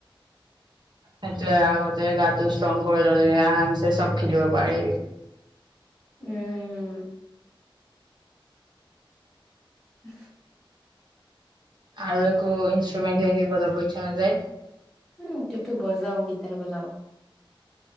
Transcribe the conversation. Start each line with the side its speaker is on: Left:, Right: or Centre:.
Right: সেইটোয়ে আগতে গাটো ষ্ট্ৰং কৰি ললে আৰামছে সব খেলিব পাৰে
Centre: উম <inaudible>
Right: আৰু একো ইনষ্ট্ৰুমেণ্ট কিবা কিবি বজাব ইচ্ছা নাযায়
Centre: উম তেতো বজাও গীতাৰ বজাও